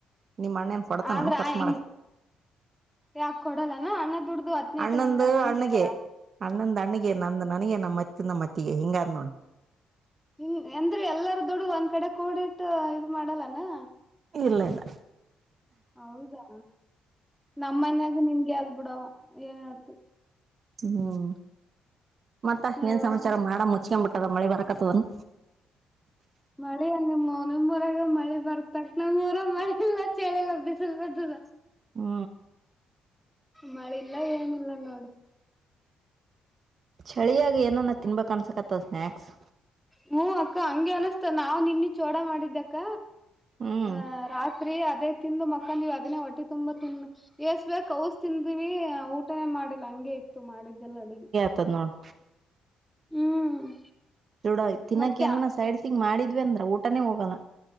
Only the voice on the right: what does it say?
ನಿಮ್ ಅಣ್ಣೇನ್ ಕೊಡ್ತಾನನ್
ಖರ್ಚ
ಮಾಡಕ್
ಅಣ್ಣಂದು
ಅಣ್ಣಗೆ
ಅಣ್ಣಂದ ಅಣ್ಣಗೆ ನಂದು ನನಗೆ ನಮ್ಮ ಮತ್ತ ನಮ್ಮಅತ್ತದ್ ಮತ್ತಗೆ ಹಿಂಗ ಅಂದ್ ನೋಡು
ಇಲ್ಲ ಇಲ್ಲ
ಹ್ಮ್ ಮತ್ತ ಏನ್
ಸಮಾಚಾರ
ಮಾಡ ಮುಚ್ಕ ಬಿಟ್ಟದ ಮಳಿ ಬರಕತದನ್
ಹ್ಮ
ಚಳಿಯಾಗಿ ಏನಾನ ತಿನ್ಬೇಕ್ ಅನ್ಸಕತ್ತದ ಸ್ನ್ಯಾಕ್ಸ್
ಹ್ಮ್
ಪತ್ತನ್ನೋಳ <unintelligible>
ತೊಡ ತಿನ್ನಾಕ
ಏನ ಸೈಡ್ಸಿಗ್ ಮಾಡಿದ್ವಿ ಅಂದ್ರ ಊಟಾನೇ ಹೋಗಲ್ಲ